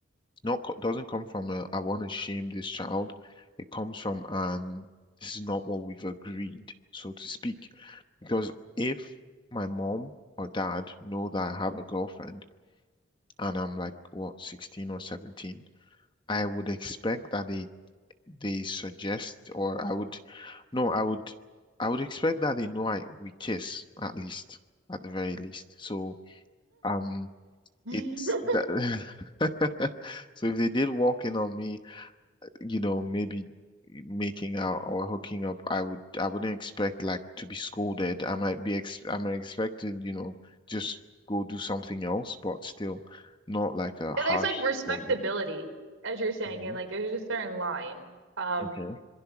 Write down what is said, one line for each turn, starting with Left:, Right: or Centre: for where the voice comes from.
Left: not co- doesn't come from a I want to shame this child. It comes from an this is not what we've agreed, so to speak. Because if my mom or dad know that I have a girlfriend and I'm like what 16 or 17, I would expect that they they suggest, or I would, no, I would, I would expect that they know I we kiss at least, at the very least. So um,
Right: <laughs>
Left: it's that. <laughs> So if they did walk in on me, you know, maybe making out or hooking up, I would, I wouldn't expect like to be scolded. I might be, ex I might expect to, you know, just go do something else, but still, not like a harsh
Right: Yeah, there's like respectability,
Left: scolding.
Right: as you're saying,
Left: Mhm.
Right: and like there's a certain line um
Left: Okay.